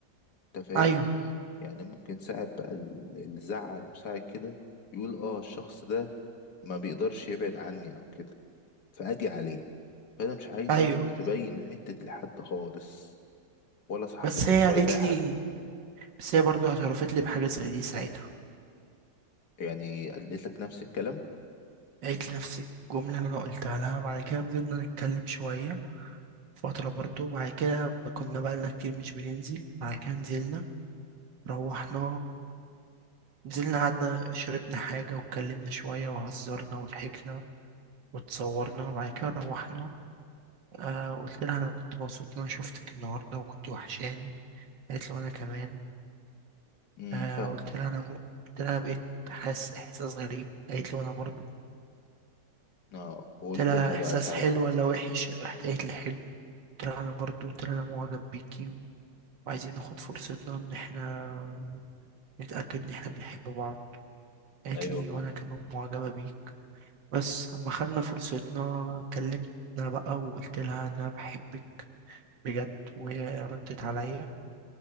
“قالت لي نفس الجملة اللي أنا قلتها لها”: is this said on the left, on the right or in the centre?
Right